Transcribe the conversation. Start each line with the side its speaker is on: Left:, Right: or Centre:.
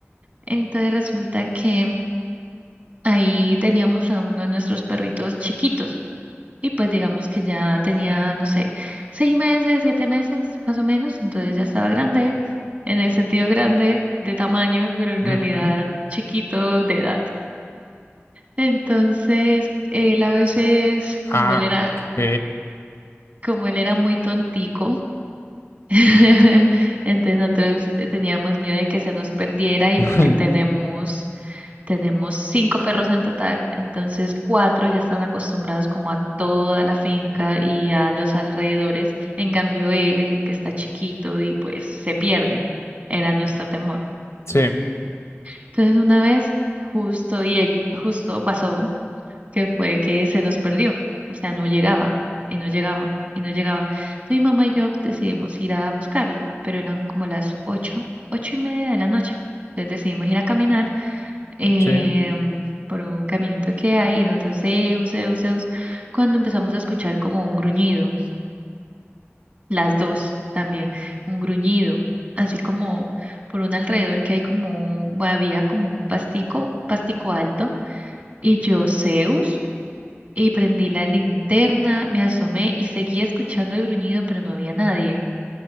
Right: Entonces resulta que ahí teníamos a uno de nuestros perritos chiquitos y pues digamos que ya tenía, no sé, seis meses, siete meses más o menos, entonces ya estaba grande, en el sentido grande de tamaño, pero en
Left: Ujú.
Right: realidad chiquito de edad. Entonces, él a veces,
Left: Ah,
Right: como él era,
Left: ok.
Right: como él era muy tontico, <laughs> entonces nosotros teníamos miedo de que se nos perdiera y
Left: <laughs>
Right: porque tenemos Tenemos cinco perros en total, entonces cuatro ya están acostumbrados como a toda la finca y a los alrededores. En cambio, él es el que está chiquito y pues se pierde. Era nuestro temor.
Left: Sí,
Right: Entonces, una vez justo y e- justo pasó que fue que se nos perdió, o sea, no llegaba y no llegaba y no llegaba. Mi mamá y yo decidimos ir a buscarlo, pero eran como las ocho, ocho y media de la noche. Entonces decidimos ir a caminar em,
Left: sí.
Right: por un caminito que hay y nosotros, Zeus, Zeus, Zeus, cuando empezamos a escuchar como un gruñido, las dos también, un gruñido, así como por un alrededor que hay como, un- bueno, había como un pastico, pastico alto, y yo, Zeus, y prendí la linterna, me asomé y seguía escuchando el gruñido, pero no había nadie.